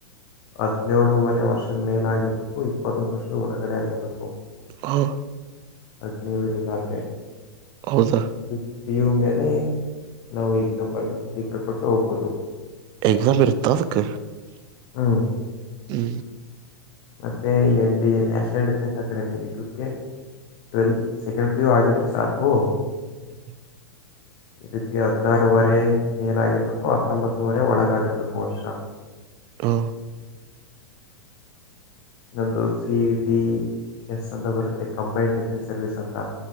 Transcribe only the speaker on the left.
ಹದ್ನೇಳುವರೆ ವರ್ಷದ ಮೇಲಾಗಿರ್ಬೇಕು ಇಪ್ಪತ್ತೊಂದು ವರ್ಷದ ಒಳಗಡೆ ಆಗಿರಬೇಕು.
ಅಗ್ನಿವಿರಿಗಾದ್ರೆ
ಇದು. ಪಿ ಯು ಮೇಲೆ ನಾವು ಎಕ್ಸಾಮ್ ಬರ್ದು ಫಿಸಕ ಕೊಟ್ಟು ಹೋಗ್ಬೋದು.
ಹ್ಮ್
ಮತ್ತೆ N D A national defence academy ಇದುಕ್ಕೆ. ಟ್ವೆಲ್ ಸೆಕೆಂಡ್ ಪಿ ಯು ಆಗಿದ್ರೆ ಸಾಕು.
ಇದಕ್ಕೆ ಹದ್ನಾರುವರೆ ಮೇಲಾಗಿರ್ಬೇಕು ಹತ್ತೊಂಬತ್ತುವರೆ ಒಳಗಾಗಿರ್ಬೇಕು ವರ್ಷ.
ನಂದು ಸಿ ಇ ಟಿ ಎಸ್ ಸತಾ ಬರುತ್ತೆ ಕಂಬೈಂಡ್ ಡಿಫೆನ್ಸ್ ಸರ್ವಿಸ್ ಅಂತಾ.